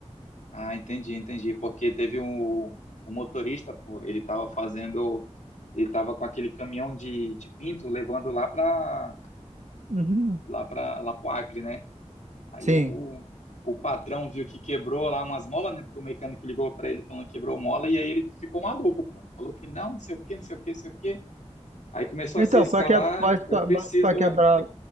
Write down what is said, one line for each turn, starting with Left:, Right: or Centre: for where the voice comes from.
Left: Ah, entendi, entendi. Porque teve um, um motorista, pô, ele tava fazendo, ele tava com aquele caminhão de, de pinto levando lá pra
Right: Uhum.
Left: lá para lá pro Acre, né? Aí
Right: Sim.
Left: o, o patrão viu que quebrou lá umas molas, né? Porque o mecânico ligou para ele falando que quebrou mola, e aí ele ficou maluco, pô. Falou que não, não sei o quê, não sei o quê, não sei o quê. Aí começou
Right: Então,
Left: a se escalar,
Right: para que, mas,
Left: eu
Right: pra-
Left: preciso.
Right: mas para quebrar.
Left: é,